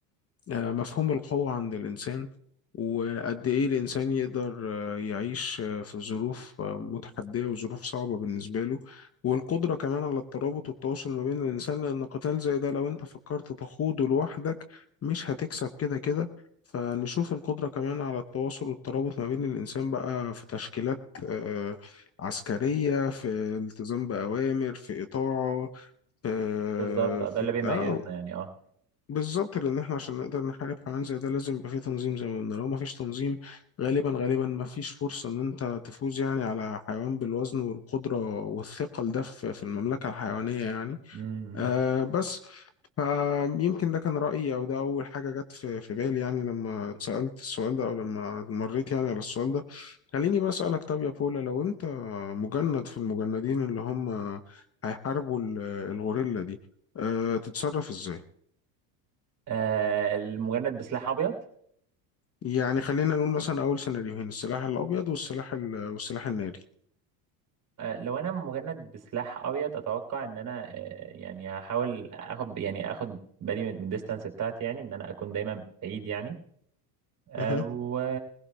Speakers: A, on the left; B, on the right.
A: آه، مفهوم القوة عند الإنسان وقد إيه الإنسان يقدر آه، يعيش آه، في ظروف آه، متحدية وظروف صعبة بالنسبة له والقدرة كمان على الترابط والتواصل ما بين الإنسان لأن قتال زي ده لو أنت فكرت تخوضه لوحدك مش هتكسب كده كده فنشوف القدرة كمان على التواصل والترابط ما بين الإنسان بقى في تشكيلات آه، عسكرية في التزام بأوامر في إطاعة في
B: بالظبط آه،
A: في-
B: ده اللي بيميزنا
A: آه،
B: يعني اه
A: بالظبط لان احنا عشان نقدر نحارب حيوان زي ده لازم يبقى فيه تنظيم زي ما قلنا لو ما فيش تنظيم غالبا غالبا ما فيش فرصة ان انت تفوز يعني على حيوان بالوزن والقدرة والثقل ده في في المملكة الحيوانية يعني
B: امم
A: آه بس فيمكن ده كان رأيي او ده اول حاجة جت في في بالي يعني لما اتسألت السؤال ده او لما مريت يعني على السؤال ده خليني بقى اسألك طب يا بولا لو انت مجند في المجندين اللي هم هيحاربوا ال- الغوريلا دي أه تتصرف ازاي
B: آه المجند بسلاح ابيض
A: يعني خلينا نقول مثلا أول سيناريوهين السلاح الأبيض والسلاح ال... والسلاح الناري
B: آه لو انا مجند بسلاح ابيض اتوقع ان انا آه يعني هحاول اخد يعني اخد بالي من الديستانس بتاعتي يعني ان انا اكون دايما بعيد يعني آه
A: مهم.
B: و